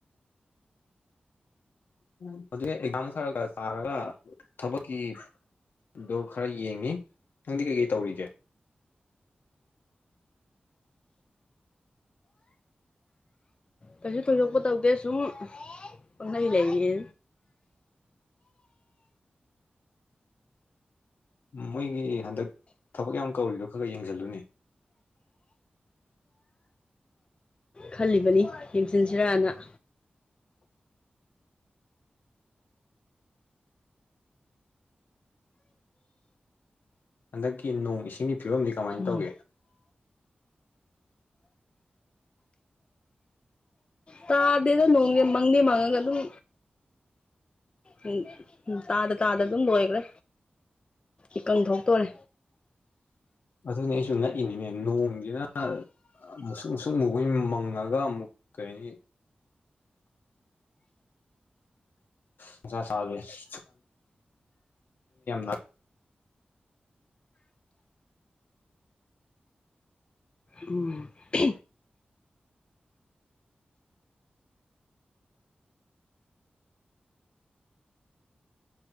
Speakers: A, on the left; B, on the left.
A: ꯎꯝ ꯍꯧꯖꯤꯛ ꯑꯦꯛꯖꯥꯝ ꯈꯔ ꯈꯔ ꯇꯥꯔꯒ ꯊꯕꯛꯀꯤ ꯑꯗꯣ ꯈꯔ ꯌꯦꯡꯉꯤ ꯈꯪꯗꯤ ꯀꯩꯀꯩ ꯇꯧꯔꯤꯒꯦ
B: ꯀꯩꯁꯨ ꯊꯣꯏꯗꯣꯛꯄ ꯇꯧꯗꯦ ꯁꯨꯝ ꯄꯪꯂꯩ ꯂꯩꯔꯤ
A: ꯃꯣꯏꯒꯤ ꯍꯟꯗꯛ ꯊꯕꯛ ꯌꯥꯝ ꯀꯧꯔꯤꯗꯣ ꯈꯔ ꯈꯔ ꯌꯦꯡꯁꯤꯜꯂꯨꯅꯦ
B: ꯈꯜꯂꯤꯕꯅꯤ ꯌꯦꯡꯁꯤꯟꯁꯤꯔꯅ
A: ꯍꯟꯗꯛꯀꯤ ꯅꯣꯡ ꯏꯁꯤꯡꯒꯤ ꯐꯤꯕꯝꯗꯤ ꯀꯃꯥꯏꯅ
B: ꯎꯝ
A: ꯇꯧꯒꯦ
B: ꯇꯥꯗꯦꯗ ꯅꯣꯡꯁꯦ ꯃꯪꯗꯤ ꯃꯪꯉꯒ ꯑꯗꯨꯝ ꯎꯝ ꯎꯝ ꯇꯥꯗ ꯇꯥꯗ ꯑꯗꯨꯝ ꯂꯣꯏꯈ꯭ꯔꯦ ꯏꯀꯪ ꯊꯣꯛꯇꯣꯔꯦ
A: ꯑꯗꯨꯅꯦ ꯑꯩꯁꯨ ꯉꯛꯏꯅꯤꯅꯦ ꯅꯣꯡꯁꯤꯅ ꯃꯨꯁꯨꯛ ꯃꯨꯁꯨꯛ ꯃꯨꯕꯩ ꯃꯪꯉꯒ ꯑꯃꯨꯛ ꯀꯩ ꯍꯥꯢꯅꯤ ꯅꯨꯡꯁꯥ ꯁꯕꯥꯁꯤ <unintelligible> <unintelligible>
B: ꯎꯝ <inaudible>